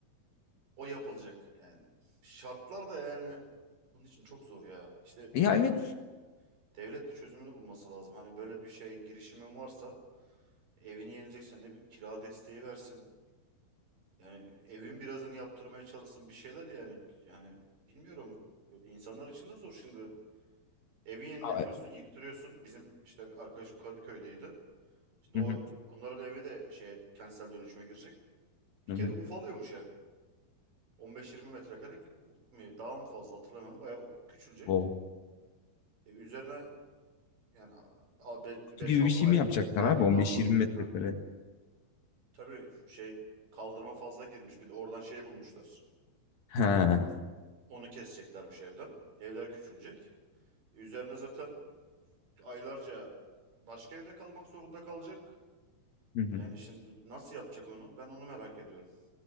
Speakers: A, on the right (about 55°); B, on the left (about 65°).
A: O yapılacak. Yani şartlar da yani bunun için çok zor ya. İşte
B: Ya
A: bunun
B: evet.
A: devlet bir çözümünü bulması lazım. Hani böyle bir şey girişimin varsa evini yenileceksen ne bileyim kira desteği versin. Yani evin birazını yaptırmaya çalışsın bir şeyler yani. Yani bilmiyorum. İnsanlar için de zor şimdi. Evi yeniletiyorsun,
B: Aa,
A: yıktırıyorsun. Bizim işte arkadaşım Kadıköy'deydi. Şimdi
B: Hı
A: o
B: hı,
A: onların evi de şey kentsel dönüşüme girecek. Bir
B: hı
A: kere
B: hı.
A: ufalıyormuş ev. 15-20 metrekare mi, daha mı fazla hatırlamıyorum. Bayağı küçülecek.
B: Wow.
A: E, üzerine yani a- be-
B: Kutu
A: 5-6
B: gibi bir şey
A: ay
B: mi yapacaklar
A: belki
B: abi? 15-20
A: daha fazla.
B: metrekare.
A: Ha, tabii şey kaldırma fazla girmiş. Bir de oradan şey bulmuşlar.
B: Ha.
A: Onu keseceklermiş evden. Evler küçülecek. E, Üzerine zaten aylarca başka evde kalmak zorunda kalacak.
B: Hı hı.
A: Yani şimdi nasıl yapacak onu? Ben onu merak ediyorum